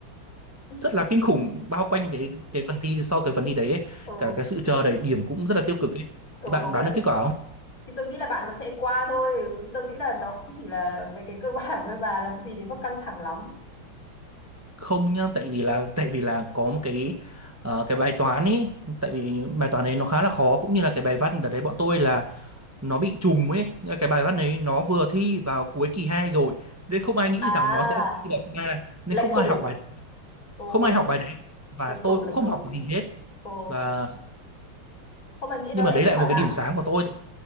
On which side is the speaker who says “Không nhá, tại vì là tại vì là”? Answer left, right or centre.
Right